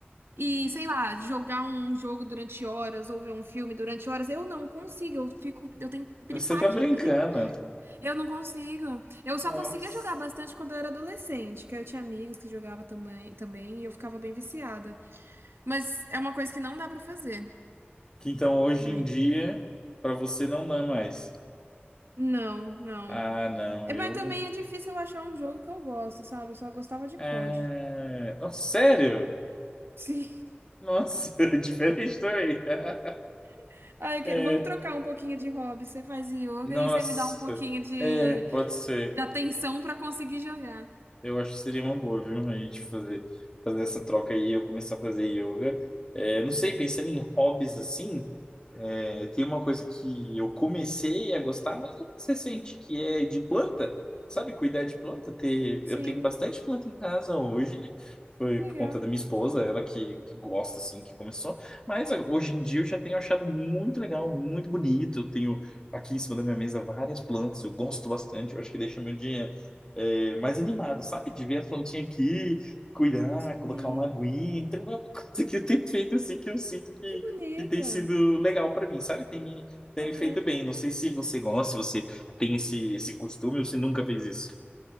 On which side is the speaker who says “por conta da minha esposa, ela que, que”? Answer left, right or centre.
Left